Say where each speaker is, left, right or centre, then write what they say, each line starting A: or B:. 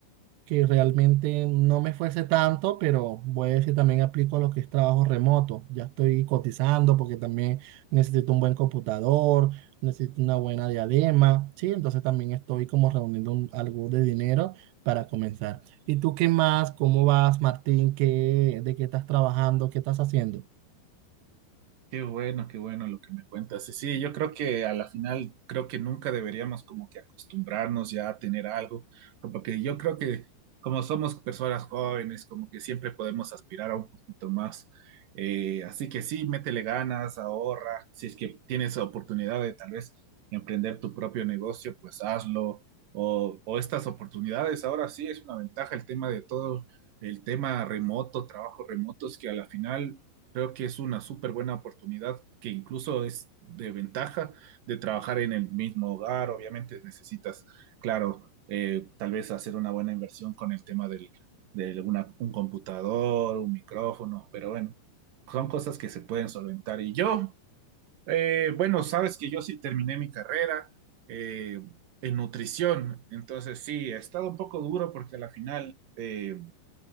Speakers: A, on the right; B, on the right.
A: que realmente no me esfuerce tanto, pero voy a decir también aplico lo que es trabajo remoto. Ya estoy cotizando porque también necesito un buen computador, necesito una buena diadema, ¿sí? Entonces también estoy como reuniendo un- algo de dinero para comenzar. ¿Y tú qué más? ¿Cómo vas, Martín? ¿Qué, de qué estás trabajando? ¿Qué estás haciendo?
B: Qué bueno, qué bueno lo que me cuentas. Y sí, yo creo que a la final, creo que nunca deberíamos como que acostumbrarnos ya a tener algo, porque yo creo que como somos personas jóvenes, como que siempre podemos aspirar a un poquito más. Eh, así que sí, métele ganas, ahorra. Si es que tienes oportunidad de tal vez emprender tu propio negocio, pues hazlo. O, o estas oportunidades, ahora sí es una ventaja el tema de todo, el tema remoto, trabajo remoto, es que a la final Creo que es una súper buena oportunidad que incluso es de ventaja de trabajar en el mismo hogar. Obviamente necesitas, claro, eh, tal vez hacer una buena inversión con el tema del, de una- un computador, un micrófono, pero bueno, son cosas que se pueden solventar. Y yo, eh, bueno, sabes que yo sí terminé mi carrera eh, en nutrición, entonces sí, ha estado un poco duro porque a la final... eh,